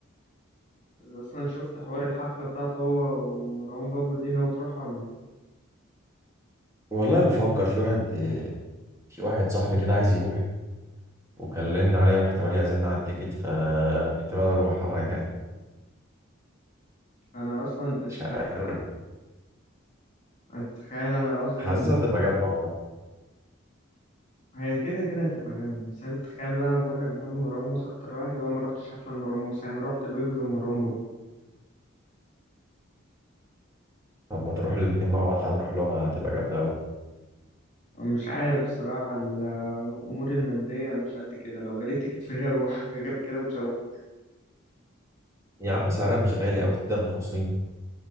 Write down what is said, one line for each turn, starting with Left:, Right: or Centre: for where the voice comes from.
Left: أصلا شفت حوار الحفلة بتاعته هو ومروان بابلو دي ناوي تروحها ولا إيه
Right: والله بفكر في واحد في واحد صاحبي كده عايز يروح وكلمنا عليه واحتمال يعزمنا على التيكت فاحتمال اروح <laughs> اه يعني
Left: أنا أصلا التخ...
Right: مش عارف.
Left: أنا تتخيل أنا أصلا
Right: حاسسها هتبقى جامده والله
Left: هي كده كده هتبقى جامدة بس أنت تتخيل بقى أنا بقولك بحب مروان موسى أكتر واحد هو ما رحتش حفلة لمروان موسى أنا رحت الويجز ومروان بابلو
Right: طب ما تروح الاتنين مع بعض تعال نروح لهم هتبقى جامده قوي
Left: مش عارف الصراحة الأمور المادية مش قد كده لو جالي تيكت فهي أروح <laughs> غير كده مش هروح
Right: يا عم سعرها مش غالي قوي بتبدا من 500